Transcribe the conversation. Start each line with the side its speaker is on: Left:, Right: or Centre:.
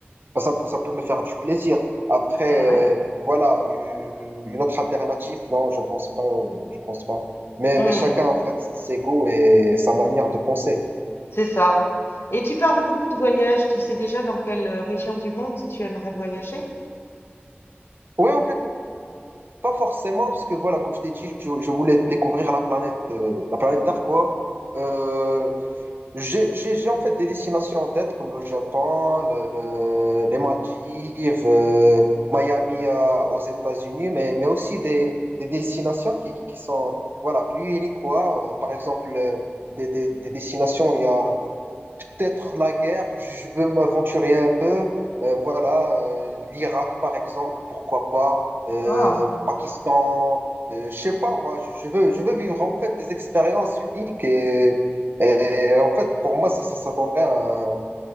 Right: Bah, ça, ça peut me faire du plaisir. Après,
Left: Ouais.
Right: euh, voilà, une une autre alternative, non, je pense pas, euh, je pense pas. Mais,
Left: Hmm.
Right: mais chacun, en fait, ses goûts et sa manière de penser.
Left: C'est ça. Et tu parles beaucoup de voyages. Tu sais déjà dans quelle euh, région du monde tu aimerais voyager?
Right: Ouais, en fait, Pas forcément, parce que voilà, comme je t'ai dit, je, je voulais découvrir la planète, euh, la planète Terre, quoi. Euh, j'ai, j'ai, j'ai en fait des destinations en tête, comme le Japon, le, le- les Maldives, euh, Miami, euh, aux États-Unis, mais, mais aussi des, des destinations qui, qui, qui sont voilà, plus uniques, quoi. Euh, par exemple, euh, des, des, des destinations où il y a peut-être la guerre, je veux m'aventurer un peu. Euh, voilà, euh, l'Irak par exemple, pourquoi pas, euh,
Left: Ah,
Right: Pakistan, euh, je sais pas, moi, je, je veux, je veux vivre en fait des expériences uniques et, et en fait, pour moi, ça, ça, ça donnerait un,